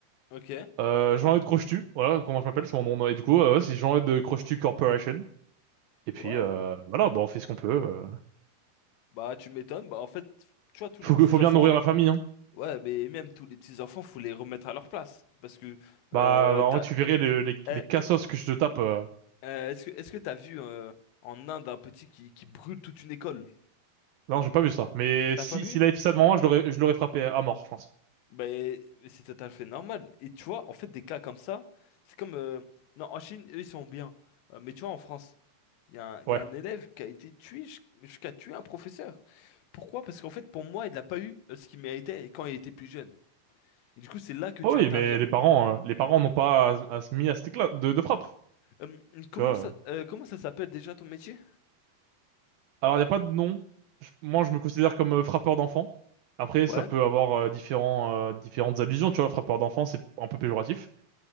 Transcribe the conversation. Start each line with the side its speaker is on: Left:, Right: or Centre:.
Left: Ok.
Right: Euh, Jean-Eudes Crochetu, voilà comment je m'appelle, c'est mon nom. Et du coup, euh, ouais, c'est Jean-Eudes Crochetu Corporation. Et puis
Left: Wow.
Right: euh, voilà, bah on fait ce qu'on peut. euh.
Left: Bah, tu m'étonnes. Bah, en fait, tu vois, tous les
Right: Faut
Left: petits-enfants...
Right: que, faut bien nourrir la famille, hein.
Left: Ouais, mais même tous les petits-enfants, faut les remettre à leur place. Parce que... Euh,
Right: Bah en
Left: t'as...
Right: vrai tu verrais les, les,
Left: eh,
Right: les cassos que je te tape. euh.
Left: Euh, est-ce que est-ce que t'as vu euh, en Inde un petit qui, qui brûle toute une école?
Right: Non, j'ai pas vu ça. Mais
Left: T'as
Right: si
Left: pas vu?
Right: s'il avait fait ça devant moi, je l'aurais je l'aurais frappé à mort, je pense.
Left: Ben c'est tout à fait normal. Et tu vois, en fait, des cas comme ça, c'est comme euh, non en Chine eux ils sont bien, Euh, mais tu vois en France, il y a un, il
Right: Ouais.
Left: y a un élève qui a été tué jus- jusqu'à tuer un professeur. Pourquoi? Parce qu'en fait pour moi il n'a pas eu euh, ce qu'il méritait quand il était plus jeune. Et du coup c'est là que
Right: Oh
Left: tu
Right: oui,
Left: interviens.
Right: mais les parents euh, les parents n'ont pas à, à se mis à cet éclat de, de frappe,
Left: Euh,
Right: tu
Left: comment
Right: vois.
Left: ça
Right: euh.
Left: euh, comment ça s'appelle déjà ton métier?
Right: Alors il y a pas de nom. Je- moi je me considère comme euh, frappeur d'enfant. Après
Left: Ouais.
Right: ça peut avoir euh, différents euh, différentes allusions, tu vois. Frappeur d'enfant c'est un peu péjoratif.